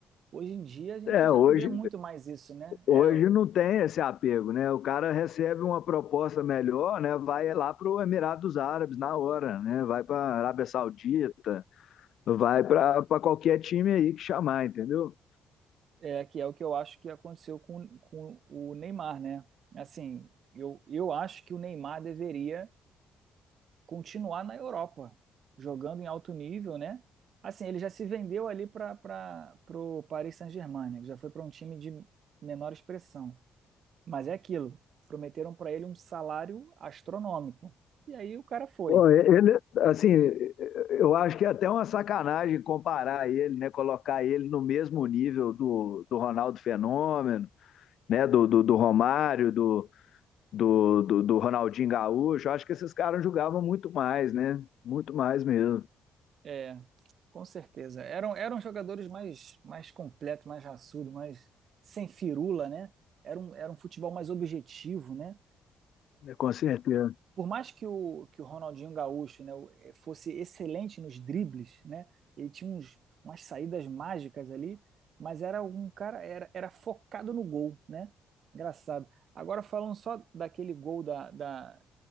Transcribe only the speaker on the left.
É,
hoje
Hoje
não tem esse apego, né? O cara recebe uma proposta melhor, né? Vai lá para o Emirados Árabes na hora, né? Vai para a Arábia Saudita, vai para qualquer time aí que chamar, entendeu?
Pô, ele, assim, eu acho que é até uma sacanagem comparar ele, né? Colocar ele no mesmo nível do, do Ronaldo Fenômeno, né? Do, do, do Romário, do, do, do, do Ronaldinho Gaúcho. Eu acho que esses caras jogavam muito mais, né? Muito mais mesmo,
né? com certeza.